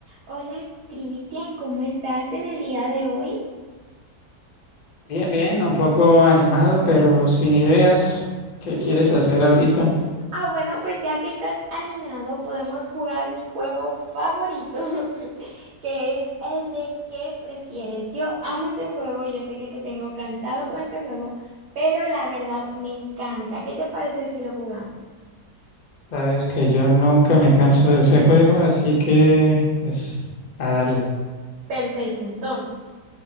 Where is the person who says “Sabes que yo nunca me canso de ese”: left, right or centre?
Left